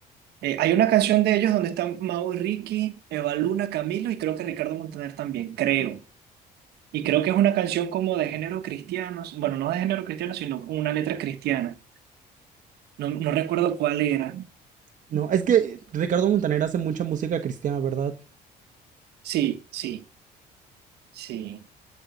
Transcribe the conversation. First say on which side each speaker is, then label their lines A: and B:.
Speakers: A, on the right; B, on the right.
A: eh, hay una canción de ellos donde están Mau y Ricky, Eva Luna, Camilo y creo que Ricardo Montaner también, creo. Y creo que es una canción como de género cristiano, bueno, no de género cristiano, sino una letra cristiana. No, no recuerdo cuál era.
B: No, es que Ricardo Montaner hace mucha música cristiana, ¿verdad?
A: Sí, sí, sí.